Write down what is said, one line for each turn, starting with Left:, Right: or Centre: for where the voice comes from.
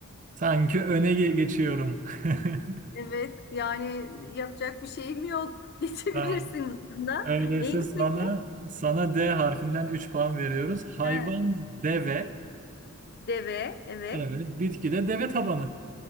Right: Sanki öne ge- geçiyorum. <laughs>
Left: Evet yani yapacak bir şeyim yok. <laughs> Geçebilirsiniz
Right: Tamam.
Left: bunda.
Right: Öyleyse
Left: Neydi
Right: sana
Left: peki?
Right: sana D harfinden 3 puan veriyoruz. Hayvan
Left: Ha,
Right: deve.
Left: deve evet.
Right: Evet. Bitki de deve tabanı.